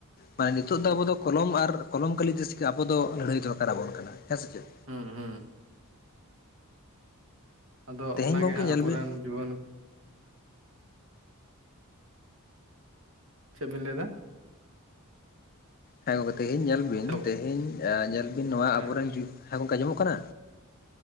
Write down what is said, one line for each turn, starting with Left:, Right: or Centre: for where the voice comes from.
Left: ᱢᱟᱱᱮ ᱱᱤᱛᱚᱜ ᱫᱚ ᱟᱵᱚ ᱫᱚ ᱠᱚᱞᱚᱢ ᱟᱨ ᱠᱚᱞᱚᱢ ᱠᱟᱹᱞᱤ ᱛᱮ ᱟᱵᱚ ᱫᱚ ᱞᱟᱹᱲᱦᱟᱹᱭ ᱫᱚᱨᱠᱟ ᱨᱟᱵᱚᱱ ᱠᱟᱱᱟ, ᱦᱮᱸ ᱥᱮ ᱪᱮᱫ?
Right: ᱦᱩᱸ ᱦᱩᱸ᱾ ᱟᱫᱚ
Left: ᱛᱮᱦᱮᱧ
Right: ᱚᱱᱟᱜᱮ
Left: ᱜᱚᱢᱠᱮ
Right: ᱦᱟᱸᱜ
Left: ᱧᱮᱞ
Right: ᱟᱵᱚᱨᱮᱱ
Left: ᱵᱤᱱ
Right: ᱡᱩᱣᱟᱹᱱ ᱪᱮᱫ ᱵᱤᱱ ᱞᱟᱹᱭᱫᱟ?
Left: ᱦᱮᱸ ᱜᱚᱝᱠᱮ ᱛᱮᱦᱮᱧ ᱧᱮᱞ ᱵᱤᱱ
Right: ᱦᱮᱞᱳ
Left: ᱛᱮᱦᱮᱧ ᱧᱮᱞ ᱵᱤᱱ ᱱᱚᱣᱟ
Right: ᱦᱮᱸ
Left: ᱟᱵᱚᱨᱮᱱ ᱠᱩ ᱦᱮᱸ ᱜᱚᱝᱠᱮ ᱟᱸᱡᱚᱢᱚᱜ ᱠᱟᱱᱟ?